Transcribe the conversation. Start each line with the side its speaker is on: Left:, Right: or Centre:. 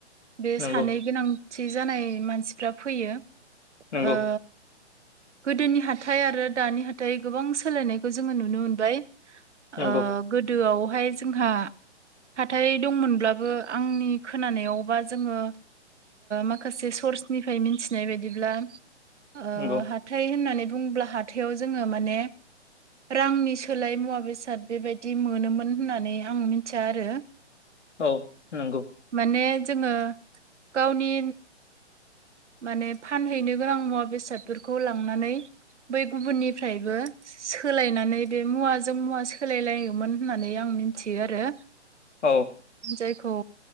Right: बे
Left: नंगौ
Right: सानै गोनांथि जानाय मानसिफ्रा फैयो
Left: नंगौ
Right: ओ गोदोनि हाथाइ आरो दानि हाथाइ गोबां सोलायनायखौ जोङो नुनो मोनबाय ओ
Left: नंगौ
Right: गोदोआवहाय जोंहा हाथाय दंमोनब्लाबो आंनि खोनानायावबा जोङो। माखासे सर्सनिफ्राय मिथिनाय बायदिब्ला ह
Left: नंगौ
Right: हााथथाय होननानै बुङोब्ला हाथायाव जोङो माने। रांनि सोलाय मुवा बेसाद बेबायदि मोनोमोन होननानै आं मिथिया आरो।
Left: <inaudible> नंगौ
Right: माने जोङो गावनि माने फानहैनो गोनां मुवा बेसादफोरखौ लांनानै बै गुबुननिफ्रायबो। सोलायनानै बे मुवाजों मुवा सोलायलायोमोन होननानै आं मिथियो आरो।
Left: औ
Right: जायखौ